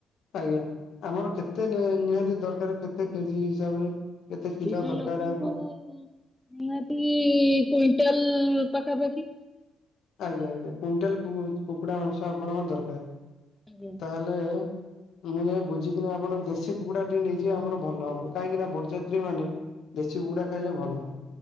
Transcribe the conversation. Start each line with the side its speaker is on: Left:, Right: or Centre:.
Left: ଆଜ୍ଞା ଆମର କେତେ ନି ନିହାତି ଦରକାର କେତେ କେଜି ହିସାବରେ। କେତେ
Centre: ଓଡିଶା
Left: କିଲ ଦରକାର
Centre: ଲୋକଙ୍କୁ
Left: ଆପ
Centre: ନିହାତି କୁଇଣ୍ଟାଲ ପାଖାପାଖି।
Left: ଆଜ୍ଞା ଆଜ୍ଞା କୁଇଣ୍ଟାଲ କୁକୁ କୁକୁଡା ମାଂସ ଆପଣଙ୍କ ଦରକାର,
Centre: ଆଜ୍ଞା
Left: ତାହେଲେ ମୁଁ ଯାଇ ବୁଝିକିନା ଆପଣ ଦେଶୀ କୁକୁଡା ଟିକେ ନେଇଯିବେ ଆମର ଭଲ ହବ, କାଇଁକି ନା ବରଯାତ୍ରୀନେ ଦେଶୀ କୁକୁଡା ଖାଇଲେ ଭଲ,